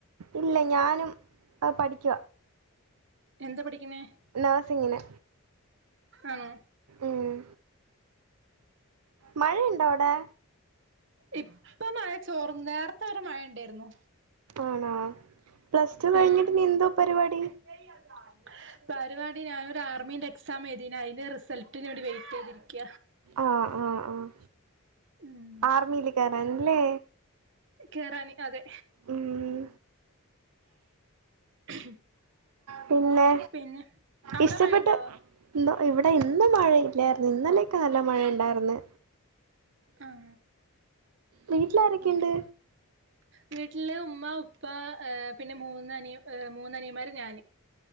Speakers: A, on the right (about 85°); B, on the right (about 55°).
A: ഇല്ല ഞാനും പഠിക്ക
B: എന്താ പഠിക്ക്ണേ?
A: നഴ്സിങ്ങിന്
B: ആണോ
A: ഉം മഴയുണ്ടോ അവിടെ?
B: ഇപ്പൊ മഴ ചോർന്ന് നേർത്തെ വരെ മഴ ഉണ്ടായിരുന്നു.
A: ആണോ പ്ലസ് ടു കഴിഞ്ഞിട്ട്
B: ആഹ്
A: ഇനി എന്തോ പരിപാടി.
B: <inaudible> പരിപാടി ഞാനൊരു ആർമീന്റെ എക്സാം എഴുതിന് അയിന്റെ റിസൾട്ടിന് വേണ്ടി വെയിറ്റ് ചെയ്തിരിക്ക
A: ആഹ് ആഹ് ആഹ്
B: ഉം
A: ആർമിൽ കേറാന്ല്ലേ
B: കേറാന് അതെ
A: ഉം
B: <inaudible>
A: പിന്നെ
B: പിന്നെ അവിടെ
A: ഇഷ്ടപ്പെട്ട്
B: മഴണ്ടോ
A: ഇല്ല ഇവിടെ ഇന്ന് മഴ ഇല്ലായിരുന്നു ഇന്നലെയൊക്കെ നല്ല മഴ ഉണ്ടായിരുന്ന്.
B: ആഹ്
A: വീട്ടിലാരൊക്കെയുണ്ട്?
B: ഓക്കെ വീട്ടില് ഉമ്മ ഉപ്പ പിന്നെ മൂന്ന് അനി മൂന്ന് അനിയമാര് ഞാന്.